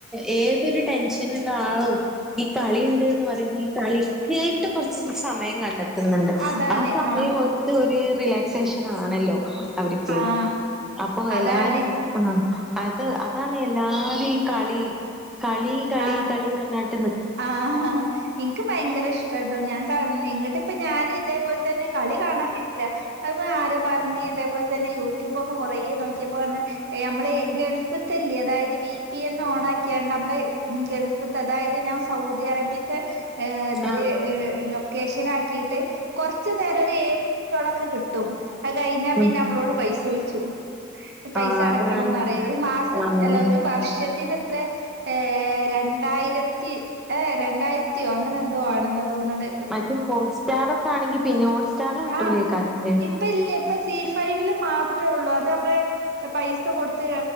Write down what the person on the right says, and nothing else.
അതാണ്
ആഹ്
ആഹ്
അതാണ്
ആഹ്
ആഹ് ഇൻക്ക് ഭയങ്കര ഇഷ്ട്ടാട്ടോ ഞാൻ കാൺണേ ങ്ങട്ട്പ്പോ ഞാന് ഇതേ പോൽതെന്നെ കളി കാണാൻ കഴുല്ല. അത്പ്പോ ആരോ പർഞ്ഞ് ഇതേപോൽ തന്നെ യൂട്യൂബ് ഒക്കെ കൊറേ നോക്കിയപ്പോർഞ്ഞു ഏഹ് അമ്മളീ ഗെൾഫ് ത്തെല്ലേ അതായത് വി പി എന്ന് ഓൺ ആക്കിയാണ്ട് അമ്മള് ഗെൾഫ്ത്തെ അതായത് ഞാൻ സൗദി അറേബ്യത്തെ ഏ ഇതില്
ഏ ലൊ കേഷനാക്കിയിട്ട് കൊർച് നേരം ഒരു ഏഴ് മിൻറ്റോളൊക്കെ കിട്ടും. അത് കയ്ഞ്ഞാ പിന്നെ
അമ്മളോട് പൈസോയ്ച്ചും. പൈസ
അടക്കണംന്ന്
പറിം ഒരു മാസത്
അല്ല ഒരു വർഷത്തിന് ത്രെ ഏഹ് രണ്ടായിരത്തി ഏഹേ രണ്ടായിരത്തിയോ അങ്ങനെ എന്തോ ആണ്ന്നാ തോന്ന്ണത്.
ആഹ് ഇപ്പ ഇല്ല ഇപ്പ സി ഫൈവില് മാത്രേ ഒള്ളൂ അത് നമ്മള് പൈസ കൊടുത്ത്